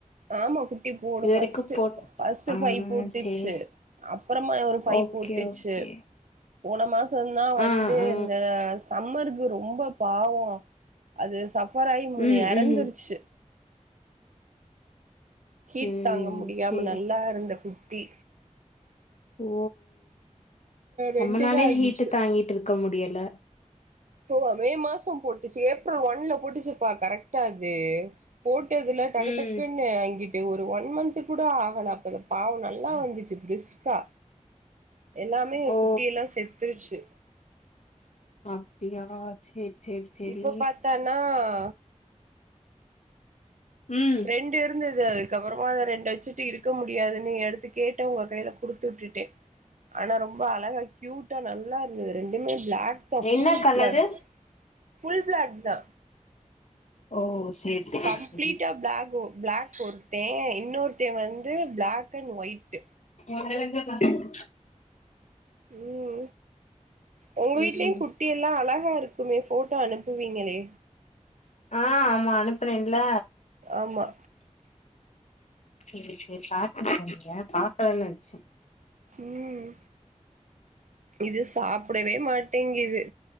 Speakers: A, on the right (about 80°); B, on the left (about 65°).
A: ஆமா குட்டி போடும்
B: இது
A: ஃபஸ்ட்டு
B: வரைக்கு போட்
A: ஃபஸ்ட்டு
B: ஆ
A: ஃபைவ் போட்டுச்சு
B: சேரி
A: அப்புறமா ஒரு ஃபைவ்
B: ஓகே
A: போட்டுச்சு
B: ஓகே
A: போன மாச சொன்னா வந்து
B: ஆ ஆ
A: இந்த சம்மர் குரு ரொம்ப பாவ அது சப் தோராய் மூணு
B: ம்
A: இறந்துருச்சு
B: ம்
A: கீட்
B: ம்
A: தாங்க முடியாம
B: சேரி
A: நல்லா இருந்த குட் தி
B: ஓ
A: ரெண்டுதா
B: நம்மலாலே
A: இருந்துச்சு
B: ஹீட்டு தாங்கிட்டு இருக்க முடியல
A: போ அதே மாசம் போட்டுச்சு ஏப்ரல் ஒன்ல போட்டுச்சுப்பா கரெக்டா அது போட்டதுல டக்கு
B: ம்
A: டக்குன்னு அங்கிட்டு ப்ப ஒரு ஒன் மந்த்த் கூட ஆகல அப்ப பாவ நல்லா வந்துச்சு பிரிஸ்க்கா எல்லாமே
B: ஓ
A: குட்டி எல்லா செத்துருச்சு
B: அப்டியா சேரி சேரி சேரி
A: இப்ப பாத்தானா ஆ
B: ம்
A: ரெண்டு இருந்தது அதுக்கு அப்றமா அத ரெண்ட வெச்சுட்டு இருக்க முடியாதுனு எடுத்து கேட்டு அவுங்க கையில குடுத்து விட்டுட்டே ஆனா ரொம்ப அழகா க்யூட்டா நல்லா ரெண்டுமே பிளாக் தா
B: என்ன
A: full
B: colour
A: black full black தா
B: ஓ சேரி சேரி
A: கம்ப்ளீட்டா பிளாக் பிளாக் ஒருத்தே இன்னொருத்தே வந்து பிளாக் அண்ட் ஒயிட்
B: மல்ல இருக்க <unintelligible>
A: உம் உங்க வீட்லயு
B: ம்
A: குட்டி எல்லா அள கருப்பா இருக்குமே போட்டோ அனுப்புவீங்களே
B: ஆ ஆமா அனுப்புனேன்ல
A: ஆமா
B: சேரி சேரி பாக்கனுன்னு நெனச்சே பாக்கலேனு நெனச்சே
A: உம் இது சாப்டவே மாட்ட டேங்குது